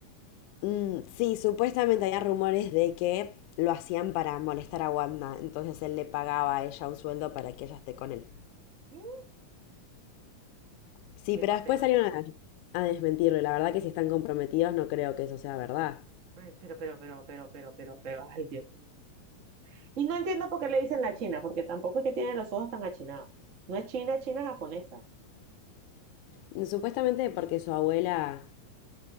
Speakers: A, on the left; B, on the right.
A: Mm, sí, supuestamente había rumores de que lo hacían para molestar a Wanda, entonces él le pagaba a ella un sueldo para que ella esté con él.
B: Mm,
A: Sí, pero
B: Epa,
A: después
B: pero,
A: salieron a, a desmentirlo, y la verdad que si están comprometidos no creo que eso sea verdad.
B: ay, pero, pero, pero, pero, pero, pero, pero, ay, Dios mío. Y no entiendo por qué le dicen la China, porque tampoco es que tiene los ojos tan achinados. No es China, China japonesa.
A: Mm, Supuestamente porque su abuela,